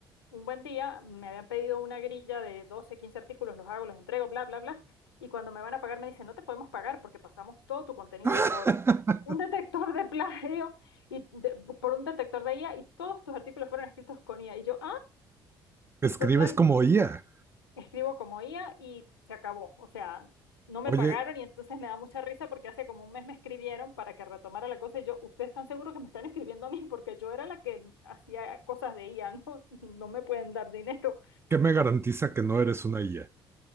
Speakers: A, on the left (about 80°); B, on the right (about 20°).
A: un buen día me habían pedido una grilla de 12 15 artículos, los hago, los entrego, bla, bla, bla. Y cuando me van a pagar me dicen, no te podemos pagar porque pasamos todo tu contenido
B: <laughs>
A: por un detector de plagio y de- por un detector de IA y todos tus artículos fueron escritos con IA. Y yo,
B: Escribes
A: Total,
B: como IA.
A: escribo como IA y se acabó. O sea, no me
B: Oye,
A: pagaron y entonces me da mucha risa porque hace como un mes me escribieron para que retomara la cosa y yo, ¿ustedes están seguros que me están escribiendo a mí? Porque yo era la que hacía cosas de IA, ¿no? <laughs> No me pueden dar dinero.
B: ¿qué me garantiza que no eres una IA?